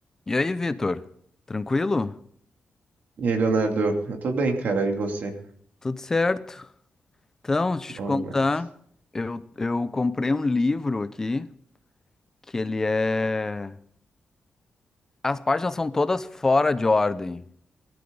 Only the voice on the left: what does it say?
E aí, Vitor? Tranquilo?
Tudo certo? Então, deixa
eu te contar,
eu, eu comprei um livro aqui, que ele é... As páginas são todas fora de ordem.